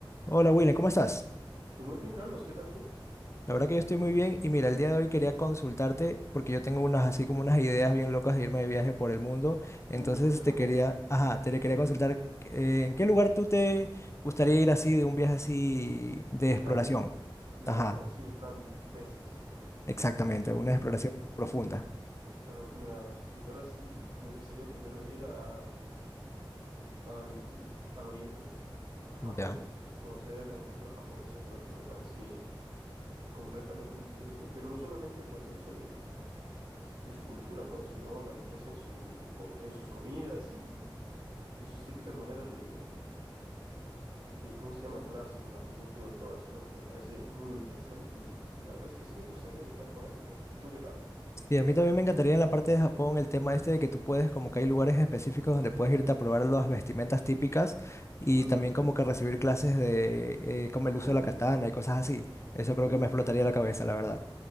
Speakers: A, on the left; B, on the right.
A: Hola William, ¿cómo estás?
B: Pues muy bien, Carlos, ¿qué tal tú?
A: La verdad que yo estoy muy bien y mira, el día de hoy quería consultarte porque yo tengo unas así como unas ideas bien locas de irme de viaje por el mundo. Entonces
B: Uf, yo
A: te
B: también,
A: quería,
B: ¿eh?
A: ajá, te le quería consultar eh, ¿en qué lugar tú te gustaría ir así de un viaje así de exploración?
B: Largo, largo,
A: Ajá,
B: así en plan meses.
A: exactamente, una exploración
B: Uh,
A: profunda.
B: claro, mira, si fuera así, me gustaría primero ir a, al, al oriente, a Japón,
A: Ya.
B: conocer la cultura japonesa, creo que me parece completamente increíble, pero no solamente por el hecho de, de su cultura, ¿no? Sino la riqueza en su, co- en sus comidas y, y sus típicas maneras de de cómo se llama, de curarse con la acupuntura y todo eso, ¿no? Me parece muy interesante y, y la verdad es que sí me gustaría viajar por ahí, ¿eh? ¿Y tú qué tal?
A: Sí, a mí también me encantaría en la parte de Japón el tema este de que tú puedes, como que hay lugares específicos donde puedes irte a probar las vestimentas típicas y
B: Ujú.
A: también como que recibir clases de eh, como el uso
B: Uh,
A: de la katana y cosas así. Eso creo
B: uh.
A: que me explotaría la cabeza, la verdad.